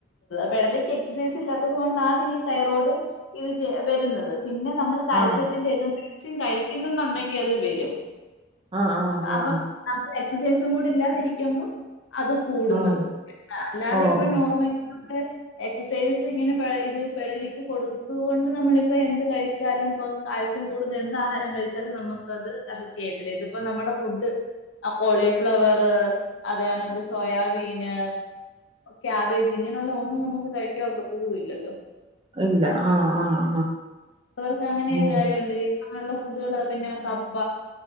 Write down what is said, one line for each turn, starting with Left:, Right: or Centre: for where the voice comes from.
Left: പെടലിക്ക് എക്സസൈസ് ഇല്ലാത്തത് കൊണ്ടാണ് ഈ തൈറോയ്ഡ് ഇത് വരുന്നത് പിന്നെ നമ്മൾ കാൽസ്യത്തിന്റെയൊക്കെ
Right: ആഹ്
Left: മെഡിസിൻ കഴിക്കുന്നുന്നുണ്ടെങ്കിൽ അത് വരും
Right: ആഹ് ആഹ്
Left: അപ്പൊ
Right: ആഹ്
Left: നമ്മള് എക്സസൈസും കൂടി ഇല്ലാതിരിക്കുമ്പോ അതു കൂടുന്നത്
Right: ആഹ്
Left: അല്ലാതെ
Right: ഓ
Left: ഇപ്പൊ
Right: ഓ
Left: നോർമലി നമ്മള് എക്സസൈസ് ഇങ്ങനെ ഇത് പെടലിക്ക് കൊടുത്തുകൊണ്ട് കൊണ്ട് നമ്മളിപ്പ എന്ത് കഴിച്ചാലും ഇ കാൽസ്യം കൂടുന്ന എന്താഹാരം കഴിച്ചാലും നമുക്കത് എഫക്ട് ചെയ്യത്തില്ല ഇതിപ്പോ നമ്മുടെ ഫുഡ് ആഹ് കോളിഫ്ലവർ അത്കണക്ക് സോയാബീന് ക്യാബേജ് ഇങ്ങനെയുള്ള ഒന്നും നമുക്ക് കഴിക്കാനൊക്കത്തു ഇല്ലല്ലോ
Right: ഇല്ല ആഹ് ആഹ് ആഹ്
Left: അവർക്ക് അങ്ങനെൊരു
Right: ഉം
Left: കാര്യവൊണ്ട് അങ്ങനെയുള്ള ഫുഡുകള് പിന്നെ കപ്പ